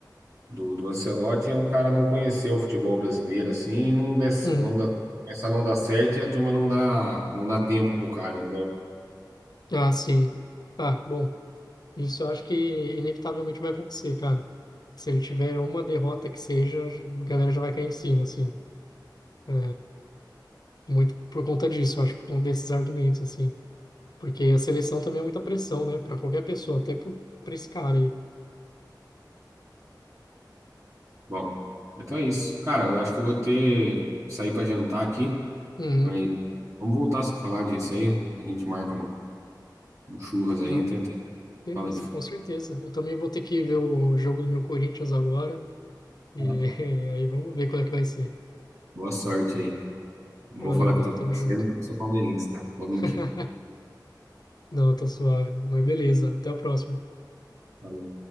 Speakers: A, on the right; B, on the left.
A: do, do Ancelotti é o cara não conhecer o futebol brasileiro assim e não der, ce-
B: Uhum.
A: não dá, essa não dá certo e a turma não dá, não dá tempo pro cara, entendeu?
B: Ah, sim. Ah, bom, isso eu acho que inevitavelmente vai acontecer, cara. Se ele tiver uma derrota que seja, a galera já vai cair em cima, assim. É, muito por conta disso, eu acho, por conta desses argumentos, assim. Porque a seleção também é muita pressão, né, Pra qualquer pessoa, até pro, pra esse cara aí.
A: Bom, então é isso. Cara, eu acho que eu vou ter sair pra jantar aqui,
B: Uhum.
A: mas vamos voltar a falar disso aí. A gente marca um, um churras aí,
B: Não,
A: tenta
B: beleza,
A: fala de
B: com certeza. Eu também vou ter que ver o jogo do meu Corinthians agora. E
A: futebol.
B: <laughs> aí vamos ver qual é que vai ser.
A: Boa sorte aí. Não
B: Valeu,
A: vou falar
B: mano.
A: que eu tô torcendo
B: Tamo junto.
A: porque eu sou palmeirense, tá? Vou mentir.
B: <laughs> Não, tá suave. Mas beleza. Até a próxima.
A: Valeu.